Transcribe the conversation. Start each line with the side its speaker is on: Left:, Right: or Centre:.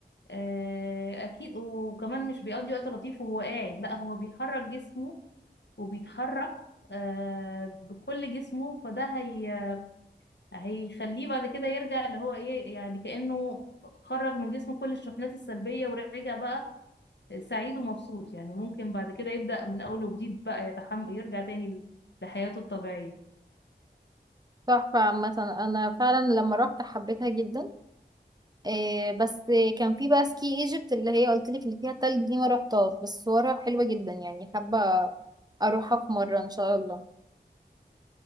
Left: آه، اكيد وكمان مش بيقضي وقت لطيف وهو قاعد لا هو بيحرك جسمه وبيتحرك آه، بكل جسمه فده هي هيخليه بعد كده يرجع اللي هو ايه يعني كأنه خرج من جسمه كل الشحنات السلبية ورجع بقى سعيد ومبسوط يعني ممكن بعد كده يبدأ من أول وجديد بقى يتحمل يرجع تاني لحياته الطبيعية
Right: تحفه عامه انا فعلا لما رحت حبيتها جدا إيه بس كان في بقى سكي ايجيبت اللي هي قلت لك اللي فيها تلج دي ما رحتهاش بس صورها حلوة جدا يعني حابة اروحها في مرة ان شاء الله